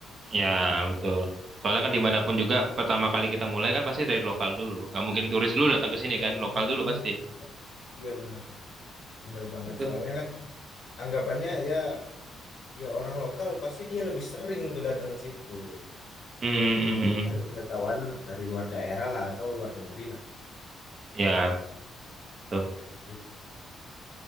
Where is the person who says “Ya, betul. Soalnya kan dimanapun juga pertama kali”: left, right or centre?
Right